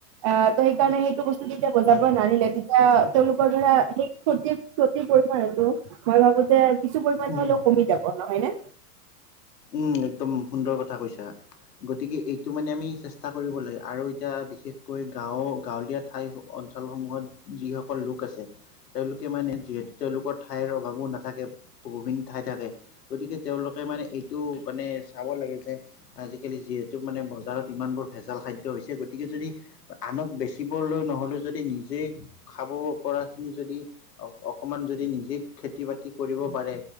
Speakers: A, on the right; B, on the left.
A: অঁ, ত সেইকাৰণে সেইটো বস্ত কেইটা বজাৰৰ
B: হয়
A: পৰা নানিলে, তেতিয়া তেওঁলোকৰ ধৰা সেই ক্ষতিৰ ক্ষতিবোৰ কৰে তো। মই ভাবো যে কিছু পৰিমাণে
B: হয়
A: হলেও কমি যাব নহয় নে?
B: উম', একদম সুন্দৰ কথা কৈছা। গতিকে, এইটো মানে আমি চেষ্টা কৰিব লাগে আৰু এতিয়া বিশেষকৈ গাঁও গাঁৱলীয়া ঠাই অঞ্চলসমূহত যিসকল লোক আছে। তেওঁলোকে মানে যিহেতু তেওঁলোকৰ ঠাইৰ অভাৱো নাথাকে। বহুখিনি ঠাই থাকে, গতিকে তেওঁলোকে মানে এইটো মানে চাব লাগে যে আজিকালি যিহেতু মানে বজাৰত ইমানবোৰ ভেজাল খাদ্য হৈছে, গতিকে যদি আনক বেচিবলৈ নহলেও যদি, নিজে খাব পৰা খিনি যদি অ অকণমান যদি নিজে খেতি- বাতি কৰিব পাৰে।